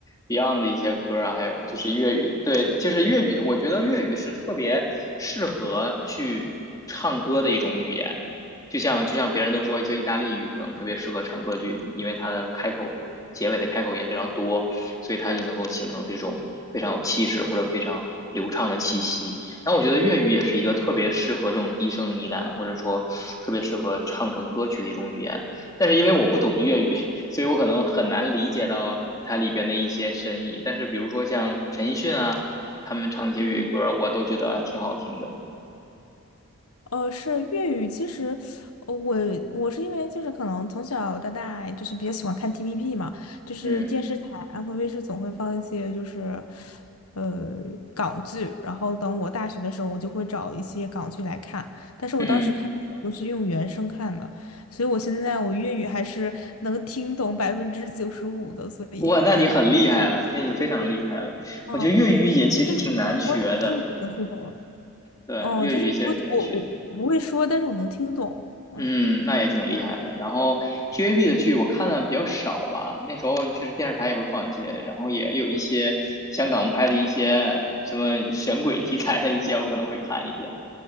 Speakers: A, on the left; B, on the left.
A: ，Beyond 的一些歌啊，还有就是粤语，对，就是粤语的，我觉得粤语是特别适合去唱歌的一种语言，就像就像别人都说，就意大利语可能特别适合唱歌剧，因为它的开口、结尾的开口音非常多，所以它就能够形成这种非常有气势或者非常流畅的气息。然后我觉得粤语也是一个特别适合这种低声呢喃，或者说特别适合唱成歌曲的一种语言。但是因为我不懂粤语，所以我可能很难理解到它里边的一些深意。但是比如说像陈奕迅啊，他们唱一些粤语歌，
B: 嗯。
A: 我都觉得还挺好听的。
B: 呃，是粤语。其实，呃我我是因为就是可能从小到大就是比较喜欢看 TVB 嘛，就是电视台安徽卫视总会放一些就是
A: 嗯
B: 呃港剧，然后等我大学的时候，我就会找一些港剧来看。但是我当时看的时候都是用原声看的，
A: 嗯，
B: 所以我现在我粤语还是能听懂百分之九十五的，所以
A: 哇，那你很厉害了，
B: <laughs>。
A: 那你非常厉害了。
B: 嗯，
A: 我觉得粤语也其实挺难学的，
B: 就是你不会听，你能听懂了。
A: 对，
B: 嗯，
A: 粤语其实挺难学的。
B: 就是不，我我我不会说，但是我能听懂。嗯，
A: 嗯，那也挺厉害的。然后 TVB 的剧我看的比较少吧，那时候确实电视台也会放一些，然后也有一些香港拍的一些什么神鬼题材的一些，我可能会看一点。